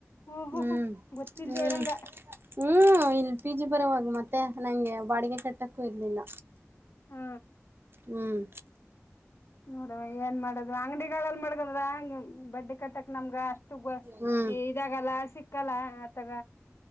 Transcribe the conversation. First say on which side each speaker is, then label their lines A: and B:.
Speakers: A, on the left (about 55°); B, on the right (about 50°).
A: ಹ್ಮ ಹ್ಮ
B: ಹ್ಮ್
A: ಹ್ಮ ಗೊತ್ತಿಲ್ದೇ
B: ಹ್ಮ್
A: ಇರಂಗ
B: ಹ್ಮ್ ಇಲ್ಲಿ ಪಿ ಜಿ ಬರಬಹುದು ಮತ್ತೆ. ನಂಗೆ ಬಾಡಿಗೆ ಕೆಟ್ಟಕ. ಕೂ ಇರಲಿಲ್ಲ.
A: ಹ್ಮ
B: ಹ್ಮ್
A: ನೋಡ ಏನ್ ಮಾಡುದ ಅಂಗಡಿ ಮಾಡಿಗಿದ್ರಾ ಬಡ್ಡಿ ಕಟ್ಟಕ್ ನಮ್ಗ ಅಷ್ಟು
B: ಹ್ಞೂ
A: ಇದಾಗಲ್ಲ ಸಿಕ್ಕಲ್ಲ ಅತಗ